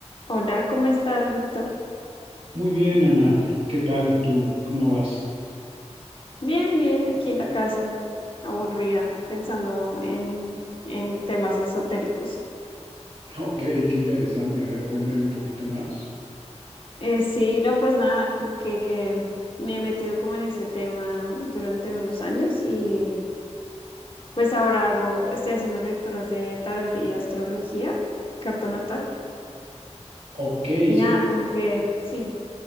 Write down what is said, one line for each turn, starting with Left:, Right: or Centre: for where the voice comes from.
Left: Hola, ¿cómo estás, Víctor?
Right: Muy bien, Ana. ¿Qué tal tú? ¿Cómo vas?
Left: Bien, bien, aquí en la casa, aburrida, pensando en, en temas esotéricos.
Right: <laughs> Ok, qué interesante. A ver, cuéntame un poquito más.
Left: Eh, sí, no, pues nada, como que me he metido como en ese tema durante unos años y pues ahora hago, estoy haciendo lecturas de tarot y astrología, carta natal,
Right: Ok,
Left: y
Right: sí.
Left: nada, como que sí,